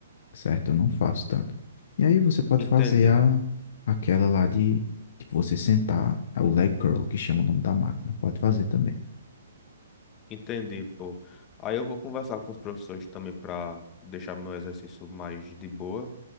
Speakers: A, on the left (about 55°); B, on the left (about 25°).
A: certo? Eu não faço tanto. E aí você pode
B: Entendi.
A: fazer a, aquela lá de, tipo, você sentar, é o leg curl, que chama o nome da máquina. Pode fazer também.
B: Entendi, pô. Aí eu vou conversar com os professores também para deixar meu exercício mais de boa,